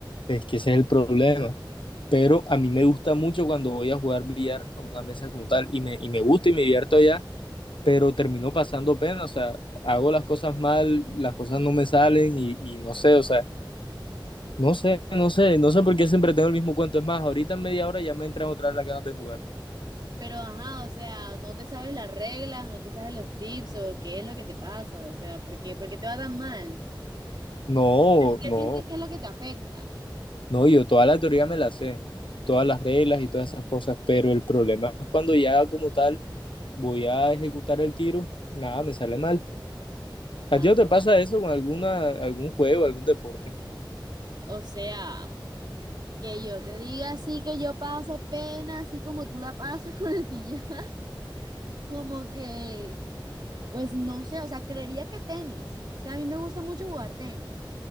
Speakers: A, on the left; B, on the right.
A: Es que ese es el problema. Pero a mí me gusta mucho cuando voy a jugar billar a una mesa como tal. Y me, y me gusta y me divierto allá. pero terminó pasando pena, o sea, hago las cosas mal, las cosas no me salen y, y, no sé, o sea, no sé, no sé, no sé por qué siempre tengo el mismo cuento. Es más, ahorita en media hora ya me entran otra vez las ganas de jugar.
B: Pero ajá, o sea, no te sabes las reglas, no te sabes los tips o qué es lo que te pasa, o sea, ¿por qué, por qué te va tan mal?
A: No,
B: ¿Qué
A: no,
B: sientes que es lo que te afecta?
A: no, yo toda la teoría me la sé, todas las reglas y todas esas cosas, pero el problema es cuando ya como tal voy a ejecutar el tiro, nada, me sale mal. ¿A
B: Ah,
A: ti no te pasa eso con alguna, algún juego, algún deporte?
B: o sea, Que yo te diga así que yo pase pena, así como tú la pasas <laughs> con el billar. <laughs> Como que, pues no sé, o sea, creería que tenis. O sea, a mí me gusta mucho jugar tenis,